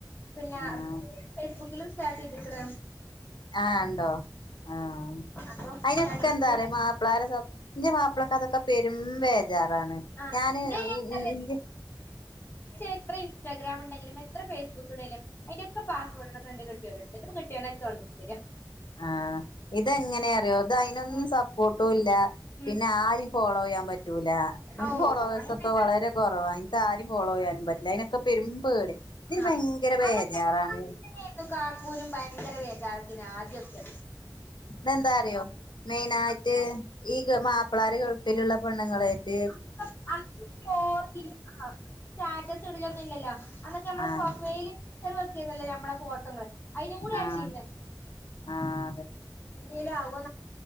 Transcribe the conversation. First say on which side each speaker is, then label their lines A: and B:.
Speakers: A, on the left (about 30°); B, on the left (about 85°).
A: പിന്നെ
B: ആഹ്
A: ഫേസ്ബുക്കിലും സ്റ്റാർട്ട് ചെയ്തിക്കണ്
B: ആഹ് ഉണ്ടോ ആഹ്
A: അപ്പൊ
B: അയിനൊക്കെ
A: രണ്ടിലും
B: എന്താ
A: കൂടി
B: പറയാ മാപ്പിളാര സ ന്റെ മാപ്പിളക്ക് അതൊക്കെ പെരും <unintelligible>
A: ആ
B: ഞാന്
A: <unintelligible>
B: ഇ ഇ ഇന്റെ
A: എത്ര ഇൻസ്റ്റഗ്രാം ഉണ്ടെിലും എത്ര ഫേസ്ബുക്ക് ഉണ്ടെിലും അതിന്റെക്ക പാസ്സ് വേർഡ് ടുക്കണ്ട് കെട്ടിയോന്റടുത്ത് <unintelligible> <unintelligible>
B: ആഹ് ഇതെങ്ങനെയ അറിയോ അത് അതിനൊന്നും
A: ഉം
B: സപ്പോർട്ടും ഇല്ല പിന്നെ
A: ഉം
B: ആര് ഫോളോയ്യാ പറ്റൂല എനിക്ക്
A: ഓഹ്
B: ഫോളോവേഴ്സ്
A: അങ്ങനെയൊക്കെ
B: ഒക്കെ വളരെ കുറവാ എനിക്കാരും ഫോളോ ചെയ്യാനും പറ്റ് അതിനൊക്കെ <unintelligible>
A: ആ
B: ബേജാറാണ്
A: അങ്ങനെ <unintelligible> കാക്കൂനും ഭയങ്കര വേജാറ <unintelligible> ആദ്യൊക്കെ
B: അതെന്താ അറിയോ മെയിൻ ആയിട്ട് ഈ ഗ മാപ്പിളാര് ഗൾഫിലുള്ള പെണ്ണങ്ങളായിട്ട്
A: <unintelligible> സ്റ്റാറ്റസ് ഇടലൊ ഒന്നുമല്ലല്ലോ അന്നൊക്കെ നമ്മുടെ
B: ആഹ്
A: പ്രൊഫൈൽറി വെക്കിയതല്ലോ നമ്മുടെ ഫോൾ അതിന് കൂടെ
B: ആഹ്
A: അച്ചല്ല
B: ആഹ്
A: ഇന്തല ആവ